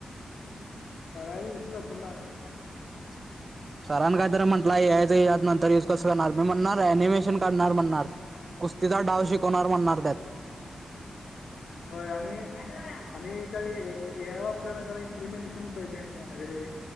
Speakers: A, on the left; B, on the right.
A: करायच विषय संपून टाका.
B: <inaudible> सरानं काय तर म्हटलाय ए आय च यात नंतर युज कसं करणार, मी म्हणणार अनिमेशन करणार, म्हणणार. कुस्तीचा डाव शिकवणार म्हणणार त्यात
A: गाडी करून जायाच. होय आणि त्या ए आय वर आपल्याला जरा इम्प्लिमेंटेशन भे भेटत ते म्हणायचं रे